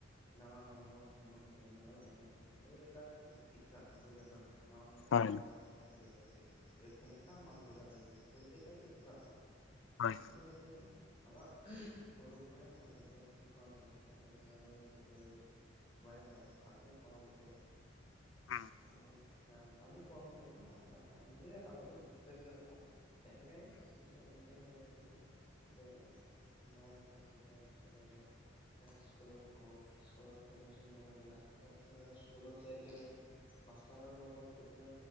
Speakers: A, on the left (about 30°); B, on the left (about 80°).
A: ডাঙৰ মানুহক সন্মান কৰিব লাগে এয়ে এটা শৈ শিক্ষা নহয় জানো ডাঙৰ মানুহক
B: হয়
A: কেনেকা শিক্ষা দিব লাগে। এইখিনি কাম মান দিব লাগে ত এই এটা শিক্ষা
B: হয়
A: মানে এটো হল আমাৰ সৰুৰ পৰাই মাক দেউতাই শিকোৱা যায় তাৰ পিছত আৰু যেতিয়া এই বয়স হ'ল আপুনি কোৱা মতে
B: উম
A: মই হাল আপুনি কোৱা মতে আ আপুনি যে আগত বুজাই দিলাক মোক এনেকাই ঠিক থাকিলে এনেকাই যাই থাকিব যে মা দেউতাক শিকাৰ পিছত আৰু সেতে স্কুলত গ'ল কত এডমিশ্যন লগাই দিলাক তাৰপিছত আৰু স্কুলত যাই কিনে মাষ্টাৰৰ লগত এইটো